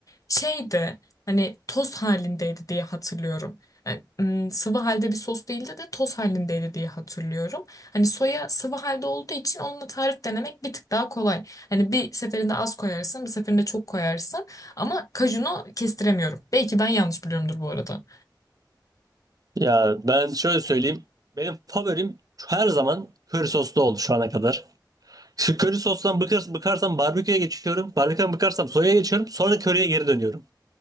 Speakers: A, on the left; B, on the right.
A: şeydi hani toz halindeydi diye hatırlıyorum. Yani, ım, sıvı halde bir sos değildi de toz halindeydi diye hatırlıyorum. Hani soya sıvı halde olduğu için onunla tarif denemek bir tık daha kolay. Hani bir seferinde az koyarsın, bir seferinde çok koyarsın. Ama kajunu kestiremiyorum. Belki ben yanlış biliyorumdur bu arada.
B: Ya ben şöyle söyleyeyim. Benim favorim her zaman köri soslu oldu şu ana kadar. Şu köri sostan bıkar, bıkarsam barbeküye geçiyorum. Barbeküden bıkarsam soya'ya geçiyorum. Sonra köriye geri dönüyorum.